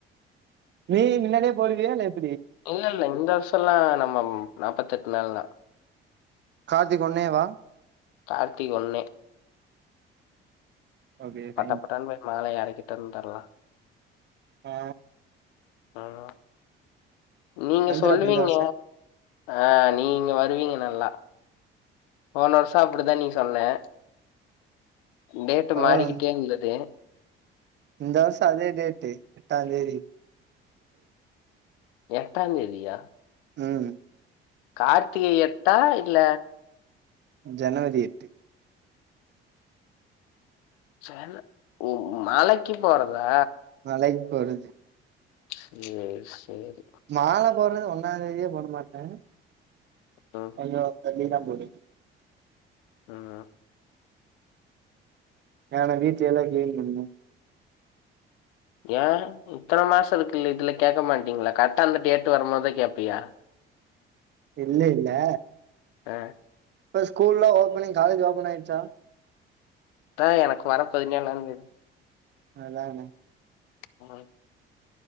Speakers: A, on the right; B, on the left.
A: நீயி முன்னாடியே போயிடுவியா இல்ல எப்
B: இல்ல இல்ல இந்த வருஷோல்லா நம்ம நாப்பெத்தெட்டு நாள் தா
A: கார்த்திக ஒன்னேவா
B: கார்த்திக ஒன்னே
A: ஓகே ஃபைன்
B: பட்டப்பட்டட்டன்னு போயி மேல ஏறக்கிட்டு வந்துறலா
A: ஏ
B: ம் நீங்க
A: வந்துரு
B: சொல்லுவீங்க
A: அப்ப இந்த வருஷோ
B: ஆ நீ இங்க வருவீங்க நல்லா போன வருஷோ அப்டிதா நீ சொன்ன டேட்
A: பரவால்ல
B: மாறிக்கிட்டே
A: வந்து
B: இருந்தது
A: இந்த வருஷோ அதே டேட்டு எட்டாந் தேதி
B: எட்டாந் தேதியா
A: ம்
B: கார்த்திகை எட்டா இல்ல
A: ஜனவரி எட்டு
B: ஜன ஓ மாலக்கு போறதா
A: மலைக்கு போறது
B: சேர் சேரி
A: மால போர்றது ஒன்னாந் தேதியே போட மாட்டே
B: ம்
A: கொஞ்சோ தள்ளிதா போடுவ
B: ம்
A: நான வீட்ட எல்லா கிளீன் பண்ணு
B: ஏ இத்தன மாச இருக்குல்ல இதுலா கேக்க மாட்டீங்ளா கரெட்டா அந்த டேட்டு வரும்மோதா கேப்பியா
A: இல்லெல்ல
B: அ
A: இப்ப ஸ்கூல்ல ஓப்பனிங் காலேஜ்லா ஓப்பன் ஆயிருச்சா?
B: ஆ எனக்கு வர பதினேழாந் தேதி
A: அதான
B: <unintelligible>